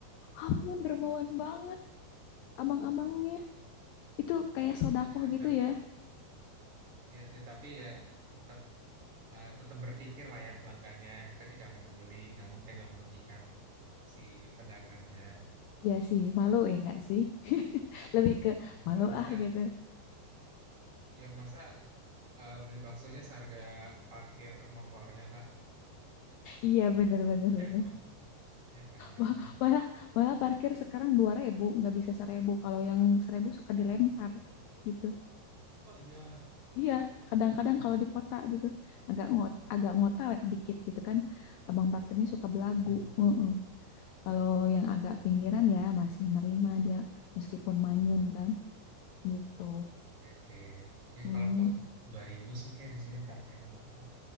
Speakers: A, on the left; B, on the right.
A: ampun dermawan banget abang-abangnya. Itu kayak sodakoh
B: Iya,
A: gitu
B: tep-
A: ya.
B: iya, tetapi ya tetap eh, tetap berpikir lah ya pelanggannya ketika membeli nggak mungkin dong merugikan si pedagangnya.
A: Ya sih, malu ya gak sih? <laughs> Lebih ke
B: Iyalah
A: malu
B: masa
A: ah gitu.
B: ya masa eh, beli baksonya seharga parkir motornya Kak.
A: Iya bener bener
B: yang
A: bener.
B: bang ya kan
A: Wah, malah, malah parkir sekarang dua ribu, nggak bisa seribu. Kalau yang seribu suka dilempar gitu.
B: oh iya
A: Iya, kadang-kadang kalau di kota gitu agak ngot, agak ngotawet dikit gitu kan. Abang parkirnya suka belagu.
B: hmm.
A: Heeh. Kalau yang agak pinggiran ya masih nerima dia meskipun manyun kan gitu.
B: ya sih ya
A: Hmm,
B: kalau kok 2000 sih kayak di sini parkir motor